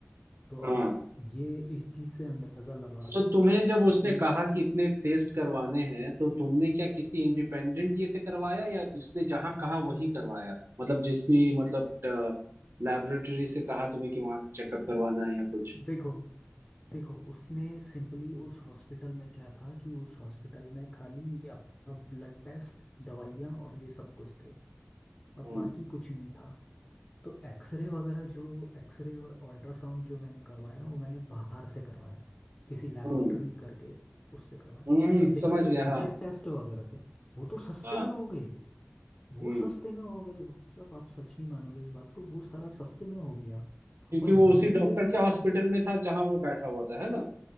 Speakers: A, on the left; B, on the right.
A: तो आप
B: हाँ
A: ये इस चीज़ से अंदाज़ा लगा लो
B: तो तुम्हें जब उसने
A: कि
B: कहा कि इतने टेस्ट करवाने हैं तो तुमने क्या किसी इंडिपेंडेंट ये से करवाया या उसने जहाँ कहा वहीं करवाया मतलब जिस भी मतलब लैबोरेटरी से कहा तुम्हें कि वहां से चेकअप करवाना है या कुछ
A: देखो देखो उसने सिंपली उस हॉस्पिटल में क्या था कि उस हॉस्पिटल में खाली ये आपका ब्लड टेस्ट दवाइयाँ और ये सब कुछ थे और
B: हम्म
A: बाकी कुछ नहीं था तो एक्सरे वगैरह जो एक्सरे और अल्ट्रासाउंड जो मैंने करवाया वो मैंने बाहर से करवाया किसी लेबोरेटरी
B: हम्म
A: करके उससे करवाया
B: हम्म
A: लेकिन
B: समझ
A: जो
B: गया
A: ब्लड
B: हाँ
A: टेस्ट वगैरह थे वो तो सस्ते
B: हाँ
A: में हो गए वो
B: हम्म
A: सस्ते में हो गए भाई साहब आप सच नहीं मानोगे इस बात को वो सारा सस्ते में हो गया
B: क्योंकि
A: और लेकिन
B: वो उसी डॉक्टर
A: जो ये मैंने
B: के हॉस्पिटल में था जहां वो बैठा हुआ था है ना